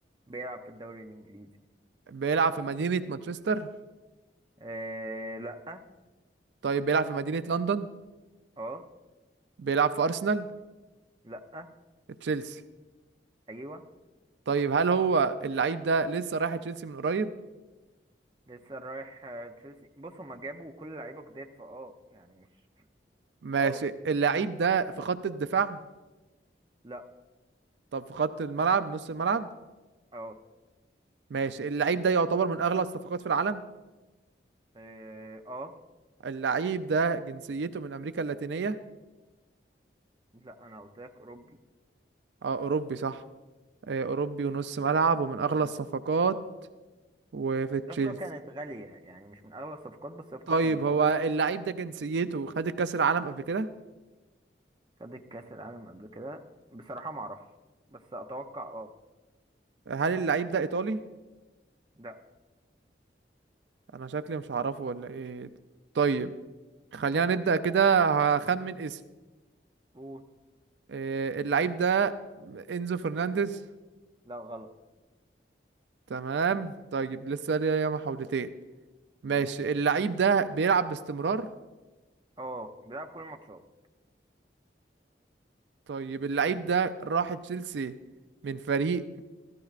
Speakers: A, on the right; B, on the right.
A: بيلعب في الدوري الانجليزي
B: بيلعب في مدينة مانشستر
A: أه لا
B: طيب بيلعب في مدينة لندن
A: اه
B: بيلعب في أرسنال
A: لا
B: تشيلسي
A: ايوه
B: طيب هل هو اللعيب ده لسه رايح تشيلسي من قريب
A: لسه رايح آه، تشيلسي بص هما جابوا كل لعيبه جداد فاه يعني مش
B: ماشي
A: اه
B: اللعيب ده في خط الدفاع
A: لا
B: طب في خط الملعب نص الملعب
A: اه
B: ماشي اللعيب ده يعتبر من اغلى الصفقات في العالم
A: اه آه.
B: اللعيب ده جنسيته من امريكا اللاتينية
A: لا انا قلت لك اوروبي
B: اه اوروبي صح آه، اوروبي ونص ملعب ومن اغلى الصفقات وفي تشيلسي
A: الصفقه كانت غاليه يعني مش من اغلى الصفقات بس الصفقه
B: طيب
A: كانت
B: هو
A: غاليه
B: اللعيب ده جنسيته خد الكاس العالم قبل كده
A: خدت كاس العالم قبل كده بصراحه ما اعرفش بس اتوقع اه
B: هل اللعيب ده ايطالي
A: لا
B: انا شكلي مش هعرفه ولا ايه طيب خلينا نبدأ كده هخمن اسم
A: قول
B: آه، اللعيب ده انزو فرنانديز
A: لا غلط
B: تمام طيب لسه ليا محاولتين ماشي
A: ماشي
B: اللعيب ده بيلعب باستمرار
A: اه بيلعب كل الماتشات
B: طيب اللعيب ده راح تشيلسي من فريق